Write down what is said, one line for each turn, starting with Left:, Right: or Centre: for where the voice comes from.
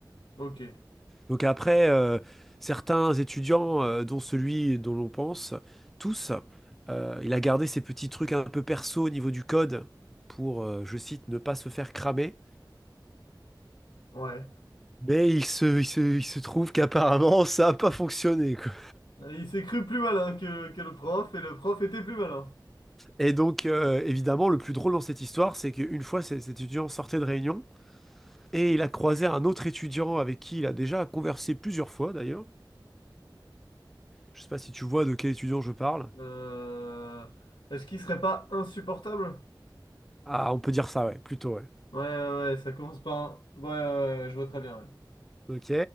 Left: ok,
Centre: Donc après, euh, certains étudiants, euh, dont celui dont l'on pense, tous, euh, il a gardé ces petits trucs un peu perso au niveau du code pour, euh, je cite, ne pas se faire cramer.
Left: ouais.
Centre: Mais il se, il se, il se trouve qu'apparemment, <laughs> ça n'a pas fonctionné, quoi.
Left: Il s'est cru plus malin que, que le prof et le prof était plus malin.
Centre: Et donc, euh, évidemment, le plus drôle dans cette histoire, c'est qu'une fois, cet cet étudiant sortait de réunion et il a croisé un autre étudiant avec qui il a déjà conversé plusieurs fois, d'ailleurs. Je sais pas si tu vois de quel étudiant je parle.
Left: Euh, Est-ce qu'il serait pas insupportable?
Centre: Ah, on peut dire ça, ouais, plutôt, ouais.
Left: Ouais, ouais, ouais, ça commence par un. Ouais, ouais, ouais, ouais, je vois très bien. ouais.
Centre: Ok.